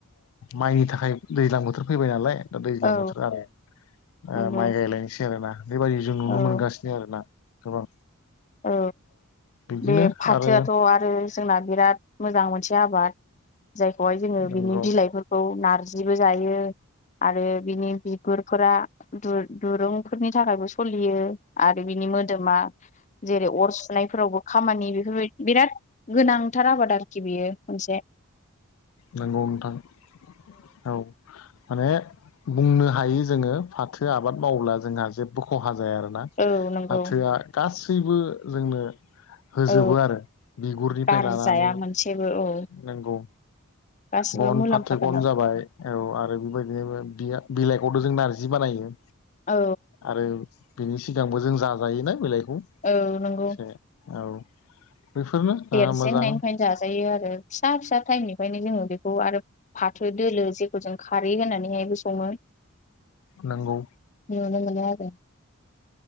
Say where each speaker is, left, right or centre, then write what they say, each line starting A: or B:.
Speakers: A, on the left (about 70°); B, on the left (about 35°).
A: माइनि थाखाय दै दैज्लां बोथोर फैबाय नालाय दा दैज्लां
B: औ
A: बोथोराव आरो
B: नंगौ
A: माइ गायलायनोसै आरो ना बेबायाददि जों नुनो
B: औ
A: मोनगासिनो आरोना गोबां
B: औ
A: बिदिनो
B: बे फाथोआथ'
A: आरो
B: आरो जोंना बिराद मोजां मोनसे आबाद जायखौहाय जोङो
A: नंगौ
B: बिनि बिलाइफोरखौ नारजिबो जायो आरो बिनि बिगुरफोरा दुरुंफोरनि थाखायबो सलियो आरो बिनि नि मोदोमा जेरै अर सुनायफोरावबो खामानि बेफोरबाय बिराद गोनांथार आबाद आरोखि बेयो मोनसे
A: नंगौ नोंथां औ माने बुंनो हायो जोङो फाथो आबाद मावोब्ला जोंहा जेबो खहा ज जाया आरोना
B: औ नंगौ
A: फाथोआ गासैबो जोंनो होजोबो
B: औ
A: आरो बिगुरनिफ्राय
B: गारजाया
A: लानानै
B: मोनसेबो औ
A: नंगौ
B: गासिबो
A: गन
B: मुलाम्फा
A: फाथो
B: गोनां
A: गन जाबाय औ आरो बेबायदिनो बि बिलाइखौथ' जों नारजि बानायो
B: औ
A: आरो बिनि सिगांबो जों जाजायोना बिलाइखौ एसे
B: औ नंगौ
A: औ बेफोरनो
B: देरसेन
A: ओ मोजां
B: होननायनिफ्रायनो जाजायो आरो फिसा फिसा टाइमनिफ्रायनो जोङो बेखौ आरो फाथो दोलोे जे फोरजों खारै होनानैहायबो सङो
A: नंगौ
B: नुनो मोनो आरो